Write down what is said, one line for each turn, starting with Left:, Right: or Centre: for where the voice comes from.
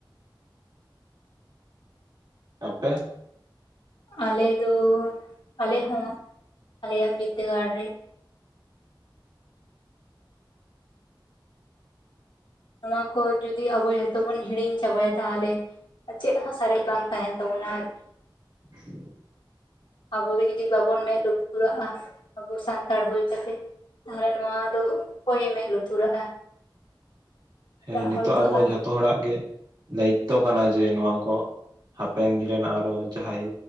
Right: ᱟᱯᱮ
Left: ᱟᱞᱮ ᱫᱚ ᱟᱞᱮ ᱦᱚᱸ ᱟᱞᱮᱭᱟᱜ ᱵᱤᱫᱟᱹᱜᱟᱲ ᱨᱮᱼᱼ ᱱᱚᱣᱟ ᱠᱚ ᱡᱩᱫᱤ ᱟᱵᱚ ᱡᱚᱛᱚ ᱵᱚᱱ ᱦᱤᱲᱤᱧ ᱪᱟᱵᱟᱭᱟ ᱛᱟᱦᱞᱮ ᱪᱮᱫ ᱦᱚᱸ ᱥᱟᱨᱮᱡ ᱵᱟᱝ ᱛᱟᱦᱮᱱ ᱛᱟᱵᱚᱱᱟ ᱟᱨᱠᱤ᱾
Right: <inaudible>
Left: ᱟᱵᱚᱜᱮ ᱡᱩᱚᱫᱤ ᱵᱟᱵᱚᱱ ᱢᱮᱸᱫ ᱞᱩᱛᱩᱨᱟᱜᱼᱟ ᱟᱵᱚ ᱥᱟᱱᱛᱟᱲ ᱦᱩᱭ ᱠᱟᱛᱮᱜ᱾ ᱛᱟᱦᱞᱮ ᱱᱚᱣᱟ ᱫᱚ ᱚᱠᱚᱭᱮ ᱢᱮᱫ ᱞᱩᱛᱩᱨᱟᱜᱼᱟ᱾ ᱮᱴᱟᱜ
Right: ᱦᱮᱸ ᱱᱤᱛᱚᱜ
Left: ᱦᱚᱲ ᱫᱚ
Right: ᱟᱵᱚ
Left: ᱟᱨ
Right: ᱡᱷᱚᱛᱚ ᱦᱚᱲᱟᱜ ᱜᱮ ᱫᱟᱭᱤᱛᱛᱚ ᱠᱟᱱᱟ ᱡᱮ ᱱᱚᱣᱟ ᱠᱚ ᱦᱟᱯᱮᱱ ᱫᱤᱱ ᱨᱮᱱ ᱟᱨᱚ ᱡᱟᱦᱟᱸᱭ